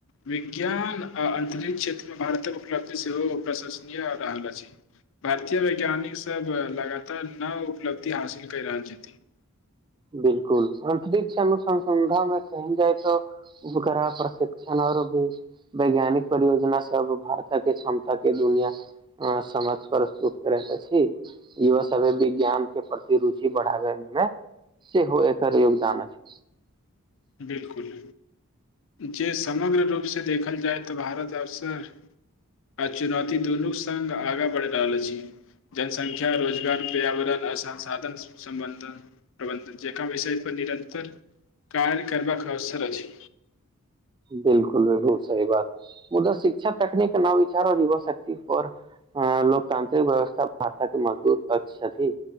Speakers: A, on the left; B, on the right.
A: विज्ञान आ अंतरिक्ष क्षेत्र मे भारतक उपलब्धि सेहो प्रशंसनीय भेल अछि भारतीय वैज्ञानिक सब लगातार नव उपलब्धि हासिल केय रहल छथिन
B: बिलकुल अंतरिक्ष अनुसंसधान मे कही जाइ त उपग्रह प्रशिक्षण आओरो भी वैज्ञानिक परियोजना सब भारतक के क्षमता के दुनिया सम प्रस्तुत करे के अधि इहो सब विज्ञान के प्रति रुचि बढ़ाबे मे सेहो एकर योगदान अछि
A: बिलकुल जे समग्र रूपसँ देखल जाय तऽ भारत अवसर आ चुनौती दुनू सङ्ग आगाँ बढ़ि रहल अछि जनसंख्या रोजगार पर्यावरण अ ससांधन संबंध प्रबंधन जेका विषय पर निरतर कायल करबाकवसर अछि
B: बिल्कुल बिल्कुल सही बात मुदा शिक्षा तकनीक नवचार युवा शक्ति पर अ लोकतांत्रिक व्यवस्था भारत के मजबूत पक्ष छथि